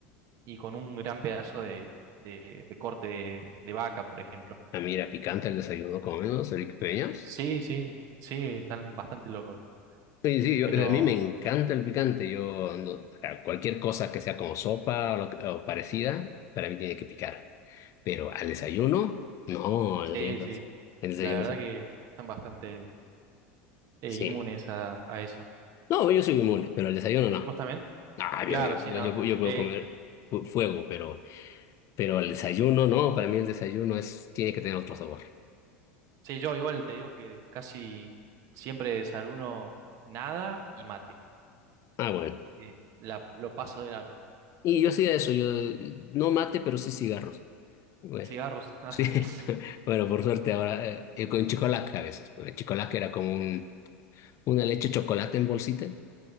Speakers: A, on the right; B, on the left.
A: y con un gran pedazo de, de, de corte de, de vaca, por ejemplo.
B: Ah, mira, picante el desayuno, con menos, Eric Peñas.
A: Sí, sí, sí, están bastante locos,
B: Sí, sí, yo-
A: pero
B: a mí me encanta el picante. Yo, no- o sea, cualquier cosa que sea como sopa o, lo que- o parecida, para mí tiene que picar. Pero al desayuno, no, al
A: sí,
B: desayuno,
A: sí,
B: el desayuno
A: la verdad
B: sí.
A: que están bastante... eh,
B: Sí.
A: inmunes a, a eso.
B: No, yo soy inmune, pero al desayuno no.
A: ¿Vos también?
B: Ah,
A: Claro,
B: yo, yo,
A: sí,
B: yo,
A: no.
B: yo- yo puedo
A: Eh,
B: comer fu- fuego, pero, pero al desayuno no, para mí el desayuno es, tiene que tener otro sabor.
A: sí, yo igual te digo que casi siempre desayuno nada y mate.
B: Ah, bueno.
A: Eh, la- lo paso de largo.
B: Y yo hacía eso, yo eh, no mate, pero sí cigarros. Bueno,
A: Cigarros. <laughs>
B: sí, <laughs> bueno, por suerte ahora, eh, eh, con chicolac a veces, porque el chicolac era como un, una leche chocolate en bolsita,